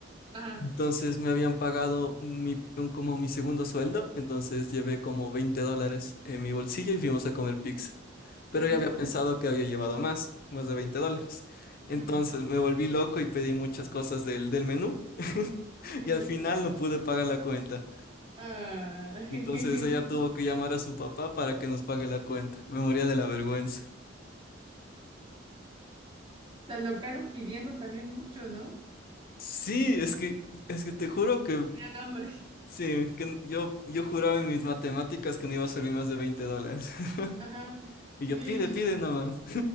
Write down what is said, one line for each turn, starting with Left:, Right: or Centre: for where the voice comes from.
Right: ajá.
Left: Entonces me habían pagado mi, un- como mi segundo sueldo, entonces llevé como 20 dólares en mi bolsillo y fuimos a comer pizza. pero
Right: ujú,
Left: yo había pensado que había llevado más, más de 20 dólares.
Right: mm.
Left: Entonces me volví loco y pedí muchas cosas del, del menú
Right: <laughs>
Left: y al final no pude pagar la cuenta.
Right: Ah, <laughs>
Left: Entonces ella tuvo que llamar a su papá para que nos pague la cuenta. Me moría de la vergüenza.
Right: Se alocaron pidiendo también mucho, ¿no?
Left: Sí, es que, es que te juro que
Right: Tenían hambre.
Left: sí, que yo, yo juraba en mis matemáticas que no iba a salir más de 20 dólares. <laughs>
Right: Ajá.
Left: Y
Right: Ish,
Left: yo, pide, pide nomás.